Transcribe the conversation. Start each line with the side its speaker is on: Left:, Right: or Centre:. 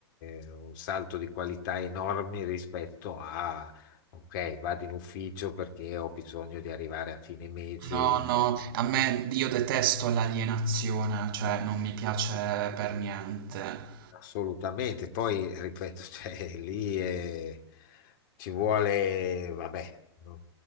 Left: è un salto di qualità enorme rispetto a, ok, vado in ufficio perché ho bisogno di arrivare a fine mese.
Right: No, no, a me io detesto l'alienazione, cioè non mi piace per niente.
Left: Assolutamente, poi ripeto, <laughs> cioè, lì eh, ci vuole, vabbè, non-